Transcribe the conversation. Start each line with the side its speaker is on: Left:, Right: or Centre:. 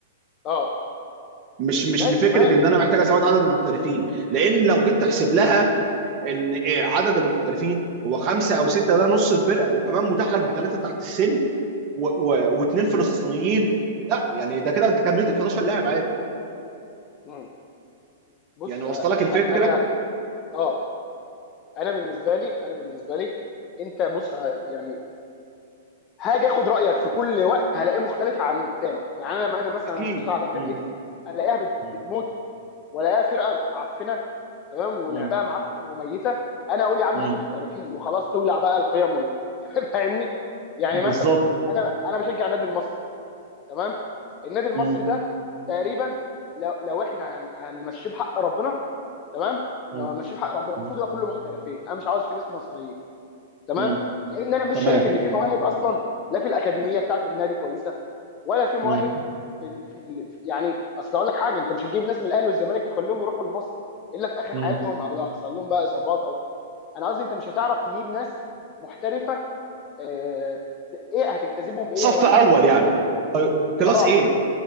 Left: اه
Right: مش مش
Left: ماشي
Right: لفكره
Left: تمام
Right: ان انا محتاج ازود عدد المحترفين لان لو جيت تحسب لها ان إيه عدد المحترفين هو خمسه او سته ده نص الفرقه وكمان متاح لك بثلاثه تحت السن و- و- واثنين فلسطينيين لا يعني ده كده انت كملت ال 11 لاعب عادي
Left: مم. بص
Right: يعني وصل
Left: آه،
Right: لك
Left: انا
Right: الفكره
Left: انا اه انا بالنسبه لي انا بالنسبه لي انت بص ه- يعني هاجي اخد رايك في كل وقت هلاقيه مختلف عن التاني يعني انا انا مثلا
Right: اكيد
Left: ابص على فرقتي
Right: مم.
Left: الاقيها بت-
Right: مم.
Left: بتموت ولاقيها فرقه معفنه تمام ولعبها
Right: مم.
Left: معفن وميته انا اقول يا عم
Right: مم.
Left: هاتوا محترفين وخلاص تولع بقى القيم وال... <laughs> فاهمني يعني
Right: بالظبط
Left: مثلا انا انا بشجع النادي المصري تمام النادي المصري
Right: مم.
Left: ده تقريبا لو, لو احنا هن... هنمشيه بحق ربنا تمام لو
Right: مم.
Left: هنمشيه بحق ربنا
Right: تمام
Left: المفروض يبقى كله محترفين انا مش عاوز في ناس مصريين تمام
Right: مم.
Left: لان انا مش
Right: تمام.
Left: شايف ان في مواهب اصلا لا في الاكاديميه بتاعت النادي كويسه ولا في مواهب
Right: مم.
Left: في ال... في ال... في- يعني اصل اقول لك حاجه انت مش هتجيب ناس من الاهلي والزمالك تخليهم يروحوا لمصر الا في اخر
Right: مم.
Left: حياتهم او لو حصل لهم بقى اصابات او انا قصدي انت مش هتعرف تجيب ناس محترفه آه... ايه هتجتذبهم بايه
Right: صف
Left: ولا
Right: اول
Left: انت نادي
Right: يعني
Left: بتاخد
Right: طيب، كلاس
Left: اه
Right: ايه